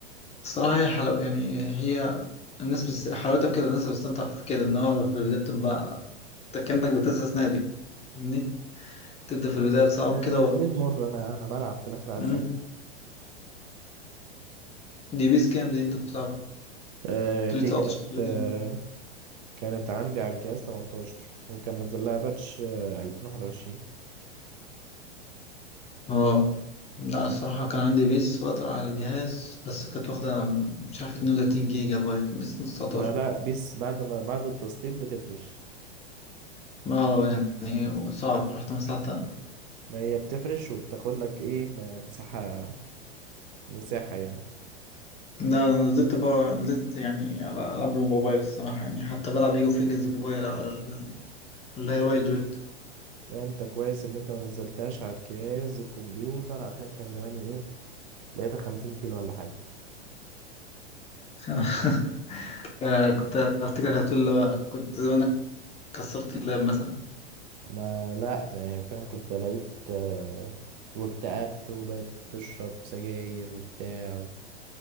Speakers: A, on the left; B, on the right.
A: الصراحة هي حلو يعني هي الناس بس... حلاوتها في كده الناس بتستمتع في كده ان هو في البداية بتبقى أنت كأنك بتأسس نادي فاهمني؟ تبدأ في البداية
B: بس
A: بصعب
B: آه،
A: كده و...
B: ليه المر أنا أنا بلعب في الآخر عايز
A: مم.
B: أسلم
A: دي بيس كام دي انت كنت بتلعبها؟
B: آه،
A: 19
B: دي كانت
A: ولا
B: آه،
A: كام؟
B: كانت عندي على الجهاز 18 وكان نزل لها باتش آه، 2021
A: اه لا الصراحة كان عندي بيس فترة على الجهاز بس كانت واخدة مش عارف 32 جيجا بايت بيس 19
B: ما لا بيس بعد ما بعد التسطيب بتفرش
A: ما هو يعني صعب رحت مسحتها
B: ما هي بتفرش وبتاخد لك ايه م- مساحة مساحة يعني
A: لا أنا نزلت بقى نزلت يعني على العاب الموبايل الصراحة يعني حتى بلعب ليج اوف ليجندز موبايل على ال- اللي هي وايلد ريفت
B: ده انت كويس ان انت ما نزلتهاش على الجهاز الكمبيوتر عشان كان زماني ايه لقيتها 50 كيلو ولا حاجة
A: <laughs> آه، كنت افتكر هتقول له كنت زمانك كسرت اللاب مثلا
B: ما لا يعني فاهم كنت الاقيك آه، واكتئبت وبقيت تشرب سجاير وبتاع